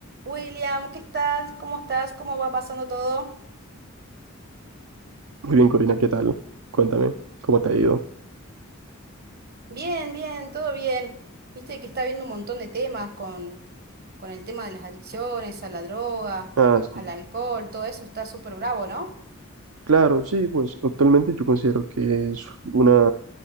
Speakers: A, on the right; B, on the right.
A: William, ¿qué tal? ¿Cómo estás? ¿Cómo va pasando todo?
B: Muy bien, Corina, ¿qué tal? Cuéntame, ¿cómo te ha ido?
A: Bien, bien, todo bien. Viste que está viendo un montón de temas con, con el tema de las adicciones, a la droga,
B: Ah, sí,
A: al alcohol, todo eso está súper bravo, ¿no?
B: claro, sí, pues actualmente yo considero que es una,